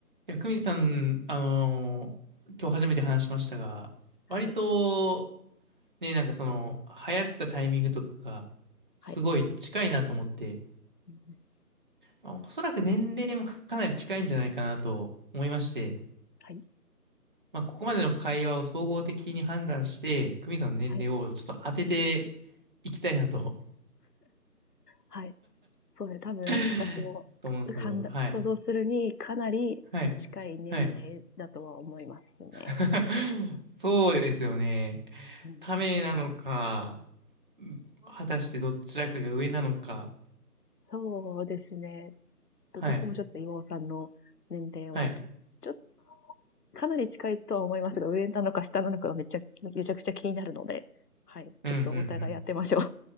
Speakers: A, on the right; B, on the left.
A: いや、久美さん、あのー今日初めて話しましたが、
B: はい、
A: 割と、ね、なんかその、流行ったタイミングとかが、すごい近いなと思って、
B: はい。うん
A: まあ、おそらく年齢もかなり近いんじゃないかなと思いまして、
B: はい、
A: まあ、ここまでの会話を総合的に判断して、久美さんの年齢をちょっと当てて
B: はい、
A: いきたいなと、
B: はい。そうね、多分私も、
A: <laughs> と思うんですけど、
B: 判断想像するにかなり近い年齢だとは思いますね。
A: はい。はい。はい。<laughs> そうですよね。
B: うん。
A: ためなのか、果たしてどちらかが上なのか。
B: そうですね。私もちょっと岩尾さんの年齢は、
A: はい。はい。
B: ちょちょかなり近いとは思いますが、上なのか下なのかがめっちゃめちゃくちゃ気になるので、はい、
A: うんうん
B: ちょっとお互いやってましょう。